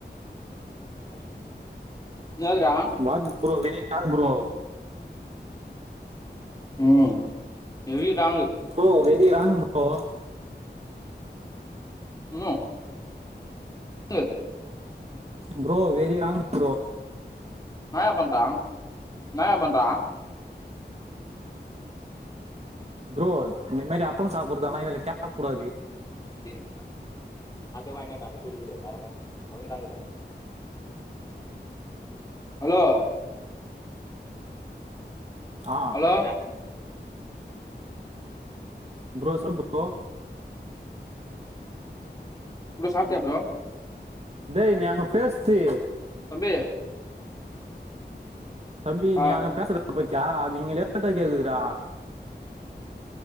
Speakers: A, on the left; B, on the right.
A: அப்படி என்னாதுடா
B: வாட் ப்ரோ வேற யார் ப்ரோ
A: உம் எப்டி ராங்கு
B: ப்ரோ வெரி ராங் போ
A: உம் <inaudible>
B: ப்ரோ வெரி ராங் ப்ரோ
A: நயா பந்தா நயா பந்தா
B: ப்ரோ இந்த மாரி அப்பளம் சாப்புறதுதாலா இதுல கேக்க கூடாது
A: சரி அது வாயினட்டா அந்த குருக்குர தரமன் ஒண்ணு தாங்குதா ஹலோ
B: ஆ
A: ஹலோ
B: ப்ரோ சொல் ப்ரோ
A: ப்ரோ சாப்ட்டியா ப்ரோ
B: டேய் நீ அங்க பேசிட்டு
A: தம்பி
B: தம்பி
A: ஆ
B: நீ அங்க பேசத பத்யா நீங்களே <unintelligible>